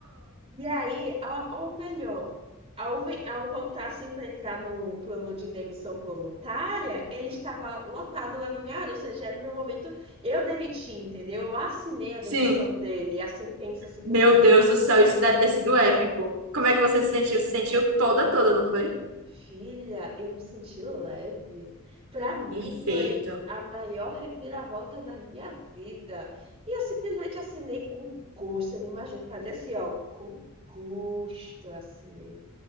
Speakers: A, on the right; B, on the right.
A: E aí, ao- ou melhor, ao, ven- ao voltar assim para entrar no plano de demissão voluntária, ele estava lotado lá na minha área, ou seja, era o meu momento, eu demiti, entendeu? Eu assinei a
B: Sim.
A: demissão dele, a sentença se cumpriu.
B: Meu Deus do céu, isso deve ter sido épico. Como é que você se sentiu? Se sentiu toda, toda, não foi?
A: Filha, eu me senti leve. Para mim
B: Perfeito.
A: foi a maior reviravolta na minha vida. E eu simplesmente assinei com gosto. Eu não imagino fazer assim, ó, com gosto eu assinei.